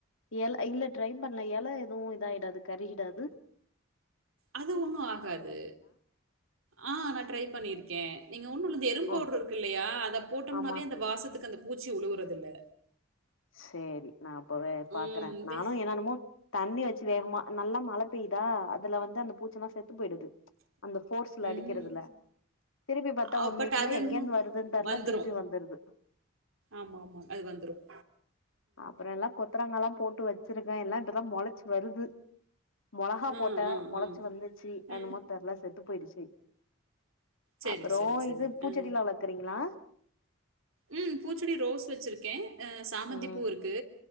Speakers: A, on the left; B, on the right.
A: எல இல்ல ட்ரை பண்ணல எல எதுவும் இதாயிடாது கரி கிடாது
B: அது ஒண்ணும் ஆகாது ஆ நா ட்ரை பண்ணியிருக்கேன் நீங்க ஒன்னுல்ல இந்த எறும்பு பவுட்ரு
A: ஆ
B: இல்லையா அத போட்டோம்னாவே
A: ஆமா
B: அந்த வாசத்துக்கு அந்த பூச்சி உழுவுறது இல்ல
A: சேரி நா அப்பவே பாக்குறேன்
B: ம், வெ-
A: நானும் என்னென்னமோ தண்ணி வச்சு வேகமா நல்லா மழ பெய்யுதா அதுல வந்து அந்த பூச்செல்லாம் செத்து போயிடுது அந்த ஃபோர்ஸ்ல
B: ம்.
A: அடிக்கிறதுல திருப்பி பாத்தா
B: அ
A: ஒன்
B: பட்
A: வீக்ல
B: அது
A: எங்கேருந்து
B: என்ன
A: வருதுன்னு தெரில
B: வந்துரு
A: திருப்பி வந்துருது.
B: ஆமா ஆமா அது வந்துரும்
A: அப்புறம் எல்லாம் கொத்தரங்கல்லாம் போட்டு வச்சிருக்கே எல்லா இப்பதா முளச்சு வருது. மொளகா
B: ஆ
A: போட்டா
B: ஆ
A: முளச்சு
B: ஆ அ
A: வந்துச்சு
B: அ
A: என்னமோ தெரில செத்து போயிட்ச்சு
B: சரி
A: அப்புறம்
B: சரி சரி
A: இது பூச்செடிலாம்
B: அ
A: வளர்க்குறீங்களா
B: ம் பூச்செடி ரோஸ் வெச்சிருக்கே அ சாமந்திப்பூ
A: ம்
B: இருக்கு.